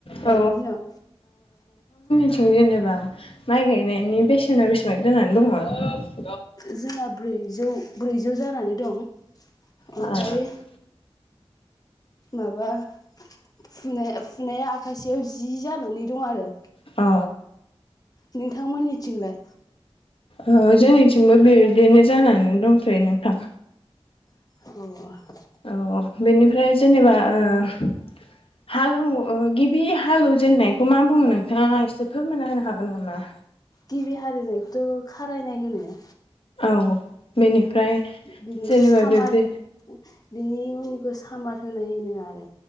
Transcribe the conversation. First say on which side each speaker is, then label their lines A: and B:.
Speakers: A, on the left (about 60°); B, on the left (about 35°).
A: औ
B: दानि दिनाव
A: थिं जेनेबा माइ गायनायनि बेसेना बेसेबां जानानै दङ?
B: जोंना ब्रैजौ ब्रैजौ जानानै दं।
A: अ
B: ओमफ्राय माबा फुनाय फुनाया आखासेयाव जि जानानै दं आरो
A: अ
B: नोंथांमोननिथिंलाय
A: औ जोंनिथिंबो बिदिनो जानानै दंथ'यो नोंथां।
B: अ
A: औ बेनिफ्राय जेनेबा ओ हालौ गिबि हालौवजेननायखौ मा बुङो नोंथाङा एसे फोरमानना होनो हागोन नामा?
B: गिबि हाल एवनायखौथ' खारायनाय होनो
A: औ बेनिफ्राय
B: बिनिखौ
A: जेनेबा
B: सामार
A: बे
B: हो बिनि उननिखौ सामर होनाय होनो आरो